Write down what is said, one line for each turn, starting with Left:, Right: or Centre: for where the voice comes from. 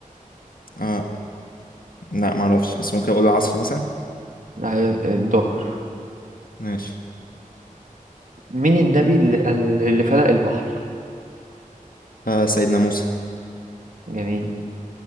Left: آه لا معرفش بس ممكن أقول العصر مثلا
Right: لا، الظهر
Left: ماشي
Right: مين النبي اللي, اللي فلق البحر؟
Left: آه سيدنا موسى
Right: جميل